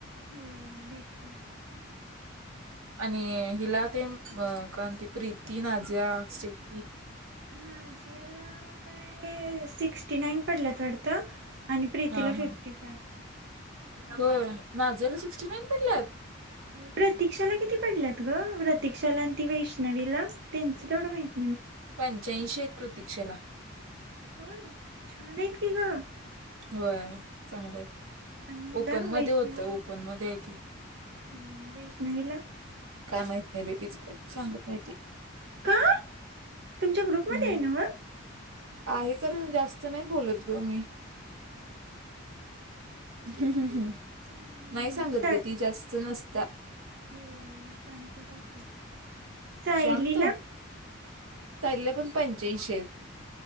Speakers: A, on the right (about 50°); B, on the right (about 80°).
A: होय भेटल
B: आणि हिला ते अ कारण ती प्रीती नाझिया स्टेफी
A: नाझियाला काय सिक्स फीफ्टीनाइन पडल्यात वाटतं आणि प्रीतीला
B: हा
A: फिफ्टी
B: हा
A: फाय.
B: होय. नाझियाला सिक्स्टी नाईन पडल्यात
A: प्रतीक्षाला किती पडल्यात? ग प्रतीक्षाला आणि ती वैष्णवीला त्यांचं तेवढं माहिती
B: पंच्याऐंशी आहेत प्रतीक्षेला.
A: होय छान आहेत की ग.
B: व्हय चांगले आहेत
A: आणि हिला
B: ओपन
A: वैष्णवीला
B: मध्ये होतं. ओपन मध्ये आहे ती.
A: हा वैष्णवीला
B: काय माहिती नाही बाई, तीच काय सांगत नाही ती
A: का तुमच्या ग्रुपमध्ये
B: हम्म
A: हाय नव्ह
B: आहे तर जास्त नाही बोलत ग मी. हम्म हम्म हम्म,
A: हम्म,
B: नाही सांगत
A: आणि साय
B: गं ती जास्त नस चा
A: होय शांतच असते, सायलीला
B: शांत सायलीला पण पंच्याऐंशी आहेत.